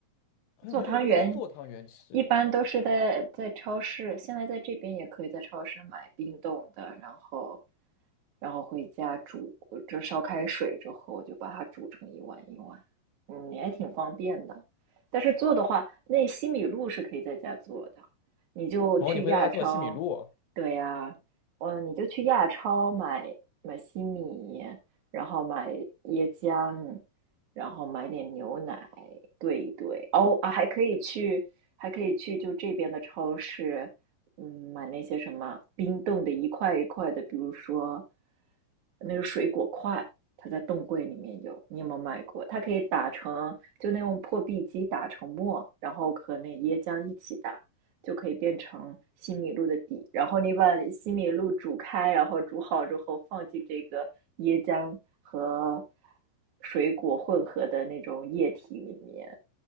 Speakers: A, on the left; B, on the right.
A: 好像没有人会在家做汤圆吃，
B: 做汤圆一般都是在在超市，现在在这边也可以在超市买冰冻的，然后然后回家煮，就烧开水之后就把它煮成一碗一碗，嗯，也挺方便的。但是做的话，那西米露是可以在家做的，你就去亚超，
A: 然后你会在家做西米露，
B: 对呀，嗯，你就去亚超买买西米，然后买椰浆，然后买点牛奶兑一兑。哦啊，还可以去，还可以去就这边的超市，嗯，买那些什么冰冻的一块一块的，比如说那个水果块，它在冻柜里面有，你有没有买过？它可以打成，就那种破壁机打成沫，然后和那椰浆一起打，就可以变成西米露的底。然后你把西米露煮开，然后煮好之后放进这个椰浆和水果混合的那种液体里面，